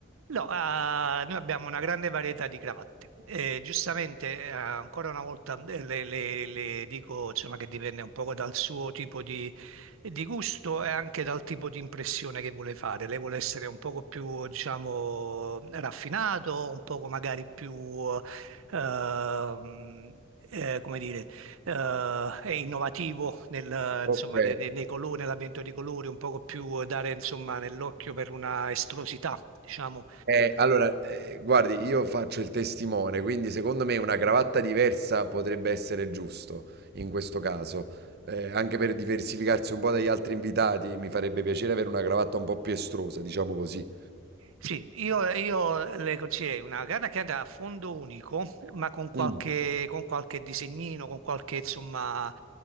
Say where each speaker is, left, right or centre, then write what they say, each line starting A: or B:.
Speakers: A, on the right; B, on the right.
A: No, ah, noi abbiamo una grande varietà di cravatte. Eh, giustamente, eh, ancora una volta eh, le, le- le dico, insomma, che dipende un poco dal suo tipo di, di gusto e anche dal tipo di impressione che vuole fare. Lei vuole essere un poco più, diciamo, raffinato, un poco magari più, ehm, eh, come dire, eh, è innovativo nel,
B: Ok,
A: insomma, ne- ne- nei, colori, nell'avvento di colori, un poco più dare, insomma, nell'occhio per una estrosità, diciamo.
B: eh, allora, eh, guardi, io faccio il testimone, quindi secondo me una cravatta diversa potrebbe essere giusto in questo caso. Eh, anche per diversificarsi un po' dagli altri invitati, mi farebbe piacere avere una cravatta un po' più estrosa, diciamo così.
A: Sì, io, io leggo c'è una gara che andrà a fondo unico, ma con qualche,
B: Mm,
A: con qualche disegnino, con qualche insomma